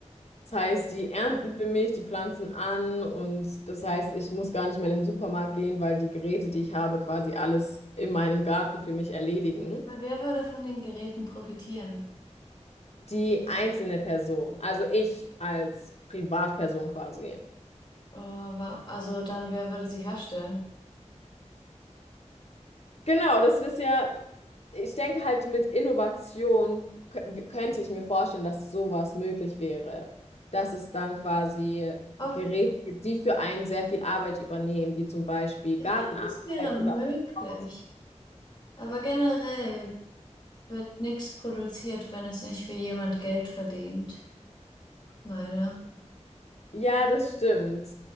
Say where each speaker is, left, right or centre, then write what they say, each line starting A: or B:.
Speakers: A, on the left; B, on the left.
A: Das heißt, die ernten für mich, die pflanzen an und das heißt, ich muss gar nicht mehr in den Supermarkt gehen, weil die Geräte, die ich habe, quasi alles in meinem Garten für mich erledigen.
B: Aber Wer würde von den Geräten profitieren?
A: Die einzelne Person, also ich als Privatperson quasi.
B: Äh, also dann, wer würde sie herstellen?
A: Genau, das ist ja, ich denke halt mit Innovation kö- könnte ich mir vorstellen, dass sowas möglich wäre. Dass es dann quasi
B: Ob-
A: Geräte gibt, die für einen sehr viel Arbeit übernehmen, wie zum Beispiel
B: ich
A: Gartenarbeit
B: glaube, das wäre
A: oder
B: möglich.
A: auch
B: Aber generell wird nichts produziert, wenn es nicht für jemand Geld verdient. Leider.
A: Ja, das stimmt.